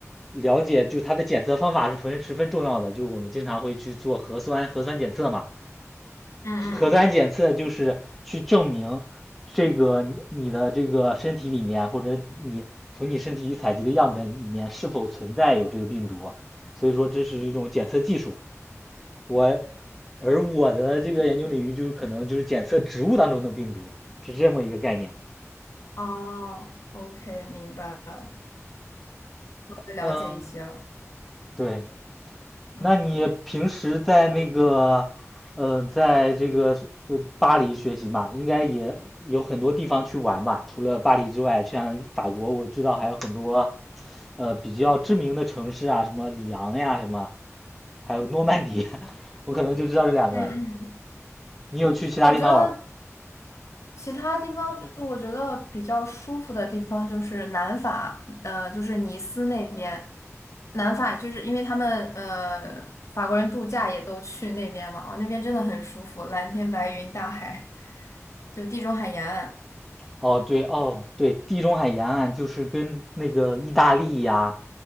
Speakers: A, in the centre; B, on the left.
A: 了解，就它的检测方法是十分十分重要的。就我们经常会去做核酸核酸检测嘛，
B: 嗯嗯，
A: 核酸检测就是去证明这个你你的这个身体里面，或者你从你身体采集的样本里面是否存在有这个病毒，所以说这是一种检测技术。我而我的这个研究领域就是可能就是检测植物当中的病毒，是这么一个概念。
B: 哦，OK，明白了，我了解一些了。
A: 嗯，对，
B: 嗯
A: 那你平时在那个，嗯、在这个呃巴黎学习嘛，应该也有很多地方去玩吧？除了巴黎之外，像法国，我知道还有很多呃比较知名的城市啊，什么里昂呀，什么还有诺曼底，<laughs> 我可能就知道这两个。
B: 嗯嗯，
A: 你有去其他地方玩？
B: 我觉得。其他地方，就我觉得比较舒服的地方就是南法，呃，就是尼斯那边。南法就是因为他们呃法国人度假也都去那边嘛，啊，那边真的很舒服，蓝天白云、大海，就地中海沿岸。
A: 哦，对，哦，对，地中海沿岸就是跟那个意大利呀，